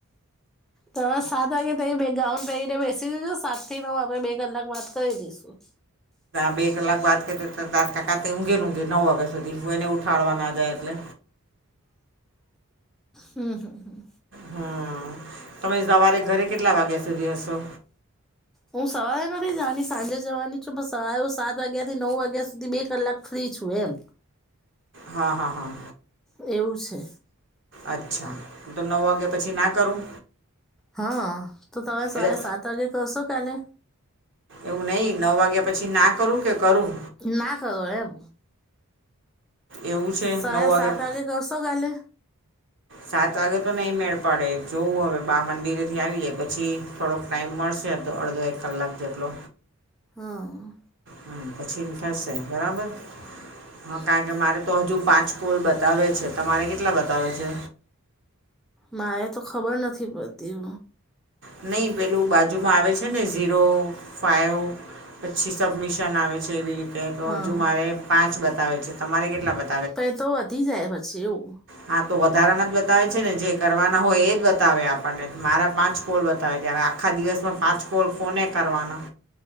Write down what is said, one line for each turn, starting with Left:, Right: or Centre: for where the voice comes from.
Centre: તવા સાદ વાગે ગાઉન પહેરીને બેસી દજ સાત થી હું આપણે બે કલાક વાત કરી દઈશું
Right: બે કલાક બાદ કરી ત ટકા ઊઘેલઘે નવ વાગ્યા સુધી હ એને ઉઠાડવા ના જાય એટલે
Centre: હમ્મ હમ્મ
Right: હમ તમે સવારે ઘરે કેટલા વાગ્યા સુધી હશો
Centre: હું સવારે નથી જવાની સાંજે જવાની છું પણસ સવા એું સાત વાગ્યાથી નવ વાગ્યા સુધી બે કલાક ફ્રી છું એમ
Right: હા હા હા.
Centre: એવું છે.
Right: અચ્છા તો નવ વાગ્યા પછી ના કરું
Centre: હા તો તમે સરે
Right: એટલે
Centre: સાત વાગે કરશો કાલે
Right: એવું નહીં નવ વાગ્યા પછી ના કરું કે કરું
Centre: ના કરો એમ
Right: એવું છે
Centre: સવારે
Right: નવ વાગ્યા
Centre: સાત વાગે કરશો કાલે
Right: સાત વાગે તો નહીં મેળ પડે જોવું હવે બા મંદિરેથી આવી જાય પછી થોડોક ટાઈમ મળશે અધો અડધો એક કલાક જેટલો
Centre: હા
Right: હા પછીને થશે બરાબર હા કારણ કે મારે તો હજુ પાંચ પોલ બતાવે છે તમારે કેટલા બતાવે છે?
Centre: મારે તો ખબર નથી પડતી
Right: નહીં પેલું બાજુમાં આવે છે ને ઝીરો ફાાઈવ પછી સબ મિશન ન આવે છે એવી રીતે તો
Centre: હા
Right: હજુ મારે પાંચ બતાવે છે તમારે કેટલા બત
Centre: પ એ તો વધી જાય પછી એવું
Right: હા તો વધારાના જ બતાવે છે ને જે કરવાના હોય એ જ બતાવે આપણને મારા પાછ પા કોલ બતાવે છે હવે આખા દિવસમાં પાંચ કોલ કોને કરવાના